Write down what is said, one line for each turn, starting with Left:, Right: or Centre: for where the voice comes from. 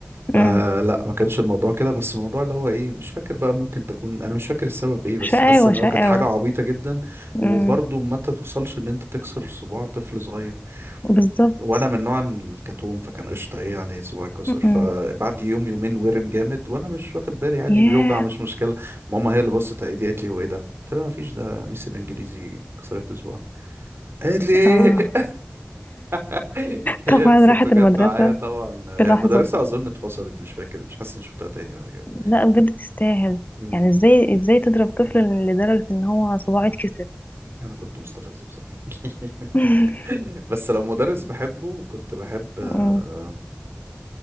Right: فلا
Left: امم
Right: ما كانش الموضوع كده بس الموضوع اللي هو ايه مش فاكر بقى ممكن تكون انا مش فاكر السبب ايه بس
Left: شقاوة
Right: حاسه ان
Left: شقاوة
Right: هو كانت حاجه عبيطه جدا وبرضه
Left: امم
Right: ما توصلش ان انت تكسر صباع طفل صغير
Left: بالظبط
Right: وانا من نوع الكتوم فكان قشطه ايه يعني صباعي كسر
Left: امم
Right: فبعد يوم يومين ورم جامد وانا مش واخد بالي عادي
Left: ياه
Right: بيوجع مش مشكله ماما هي اللي بصت على ايدي قالت لي هو ايه ده قلت لها مفيش ده ميس الانجليزي كسرت صباعي قالت لي ايه
Left: اه
Right: <laughs> لبست
Left: طبعا راحت
Right: وجت
Left: المدرسة
Right: معايا طبعا
Left: في
Right: هي
Left: لحظة
Right: المدرسه اظن اتفصلت مش فاكر مش حاسس اني شفتها تاني بعد كده
Left: لا بجد تستاهل
Right: امم
Left: يعني ازاي ازاي تضرب طفل لدرجة ان هو صباعه يتكسر
Right: انا كنت مستفز بصراحه
Left: <laughs>
Right: <laughs> بس لو مدرس بحبه كنت بحب آه،
Left: أمم.